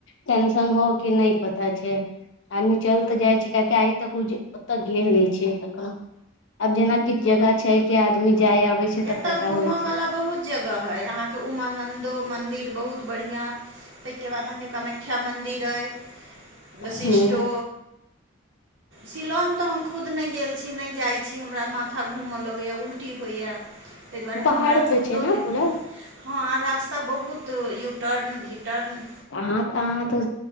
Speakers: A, on the left; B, on the right.
A: टेंशन हो क नहि पता छै आदमी चल जाइ छै कहाकि आइ तक ओ जे त गेल नहि छै कखनो आब जेना किछु जगह छै कि आदमी जाय आबे छै।
B: एतऽ
A: तब पता
B: घूमऽ
A: होइ
B: बला
A: छै
B: बहुत जगह है अहाँ के उमाानंन्दो मंदिर बहुत बढ़िया ताहि के बाद अहाँ के कम वख्या मन्दिर अइ वशिष्ठो
A: ह
B: शिलौंग तऽ हम खुद नहि गेल छी नहि जाइत छी हमरा माथा घूमय लगैया उल्टी होइया। ताहि दुआरे
A: पहाड़
B: हमरा
A: पे
B: खुदो
A: छै ने
B: नहि
A: पूरा
B: हम हँ रास्ता बहुत यूटर्न भीटर्न
A: आहाँ तऽ अहाँ तऽ